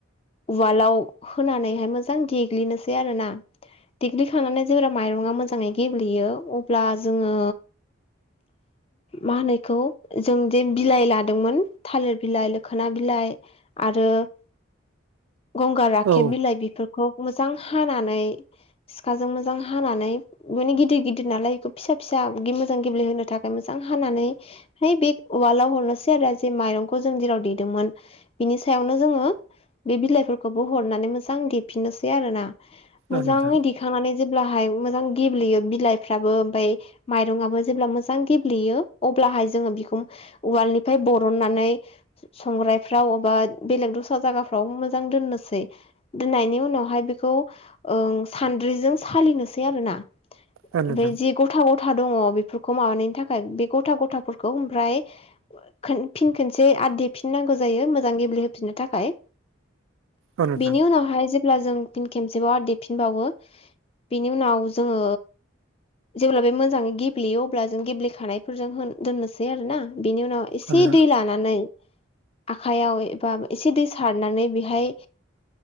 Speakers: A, on the left; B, on the right.
A: उवालाव होनानैहाय मोजां देग्लिनो सै आरो ना देग्लिखांनानै जेब्ला माइरङा मोजाङै गेब्लेयो अब्ला जोङो मा होनोएखौ जों जे बिलाइ लादोंमोन थालिर बिलाइ लोखोना बिलाइ लाइ आरो गंगार राखेब
B: औ
A: बिलाइ बेफोरखौ मोजां हानानै सिखाजों मोजां हानानै माने गिदिर गिदिर नालाय बेखौ फिसा फिसा मोजां गेब्लेहो थाखाय मोजां हानानै बे उवाल हरनोसै आरो माइखौ जों जेराव देदोंमोन बिनि सायावनो जोङो बे बिलाइफोरखौबो हरनानै मोजां देफिननोसै आरो ना मोजाङै
B: औ नोंथां
A: दिखांनानै जेब्ला हाय मोजां गेब्लेयो बिलायफ्राबो ओमफाय मायरङाबो मांजां गेब्लेयो आब्लाहाय जोंङो बेखौ उवालनिफ्राय बरननानै संग्रायफ्राव एबा बेलेग दस्रा जागा फ्रा मोजां दोनोसै दोनायनि उनावहाय खौ ओ सानद्रिजों सालिनोसै आरो ना
B: औ नोंथां
A: बे जे गथ गथा गथा दङ बेफोरखौ माबानायनि थाखाय बे गथा गथाफोरखौ ओफ्राय खो फिन खसे आरो देफिननांगौ जायो मोजां गेब्लेहोफिननो थाखाय
B: औ नोंथां
A: बेनि उनावहाय जेब्ला जों फिन खेबसेबाव आरो देफिनबावो बेनि उनाव जोङो जेब्ला बे मोजाङै गेब्लेयो अब्ला जों गेब्लेखानायफोरजों दोननोसै आरो ना बिनि उनाव एसे
B: औ नोंथां
A: दै लानानै आखाइयाव एबा एसे दै सारनानै बेहाय